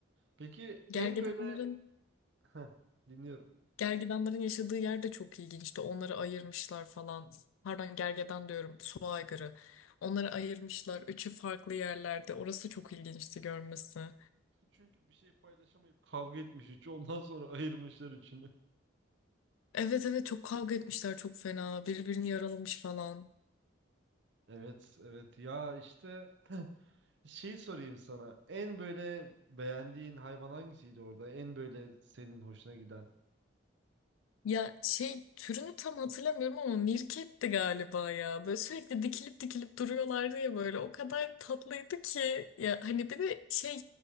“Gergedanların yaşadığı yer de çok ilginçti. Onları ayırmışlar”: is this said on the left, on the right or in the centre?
Left